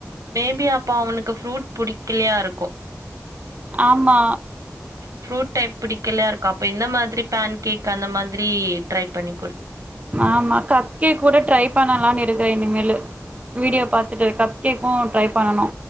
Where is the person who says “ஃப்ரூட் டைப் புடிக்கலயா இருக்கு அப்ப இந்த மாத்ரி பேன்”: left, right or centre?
Right